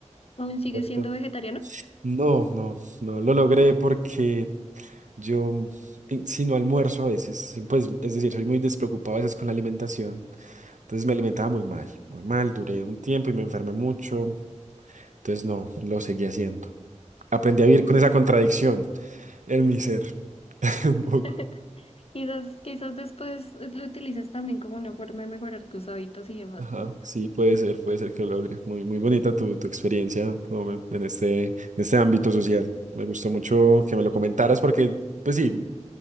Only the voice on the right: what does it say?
Muy bonito.
No, no, no lo logré porque yo, eh, si no almuerzo a veces, pues es decir, soy muy despreocupado a veces con la alimentación. Entonces me alimentaba muy mal, muy mal, duré un tiempo y me enfermé mucho, entonces no, lo seguí haciendo. Aprendí a vivir
con esa contradicción en mi ser, <laughs> un poco.
Ajá,
sí, puede ser, puede ser que lo logre. Muy, muy bonita tu, tu experiencia ¿no? en en este, en este ámbito social. Me gustó mucho que me lo comentaras porque, pues sí,